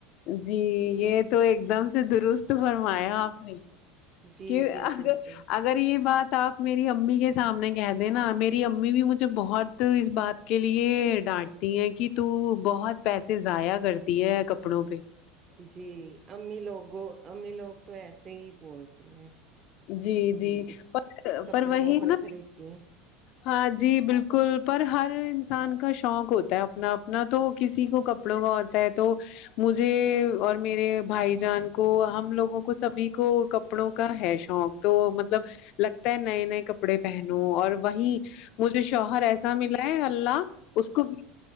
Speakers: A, on the left; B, on the right.
A: جی یہ تو ایک دم سے درست فرمایا آپ نے
B: جی
A: کہ
B: جی
A: اگر
B: بالکل
A: اگر یہ بات آپ میری امی کے سامنے کہہ دینا میری امی بھی مجھے بہت اس بات کے لیے ڈانٹ تی ہیں کہ تو بہت پیسے ضائع کرتی ہے کپڑوں پہ
B: جی امی لوگوں امی لوگ تو ایسے ہی بولتی ہیں
A: جی
B: کہ
A: جی پر
B: کپڑے
A: پر وہی
B: بہت
A: ہے نا
B: خریدتی ہیں
A: ہاں جی بالکل پر ہر انسان کا شوق ہوتا ہے اپنا اپنا تو کسی کو کپڑوں کا ہوتا ہے تو مجھے اور میرے بھائی جان کو ہم لوگوں کو سبھی کو کپڑوں کا ہے شوق تو مطلب لگتا ہے نئے نئے کپڑے پہنو اور وہیں مجھے شوہر ایسا ا ملاے اللہ اس کو